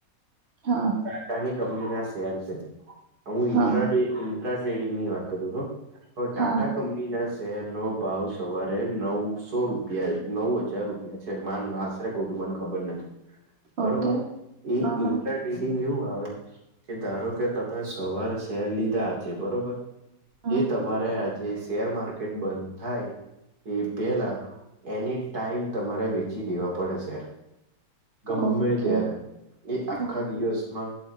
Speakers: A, on the right; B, on the right.
A: હા
B: ટાટાની કંપની ના શેર છે હું
A: હા
B: ઇન્ટ્રા ટ્રેડિંગ ની વાત ટાટા
A: હા
B: કંની ના શેર નો ભાવ સવારે નવસો રૂપિયા નવ હજાર રૂ મા આશરે ક તું મને ખબર નથી બરોબર
A: ઓકે
B: એ
A: હા હા
B: ન્ટ ઇડિંગ એવું આવે કે ધારો કે તમે સવાર શેર લીધા છે બરોબર
A: હમ
B: એ તમારે આજે શેર માર્કેટ બંધ થાય એ પેલા એની ટાઈમ તમારે વેચી દેવા પડે શે ગમે
A: ઓકે
B: ત્યારે એ આખા
A: હમ
B: દિવસમાં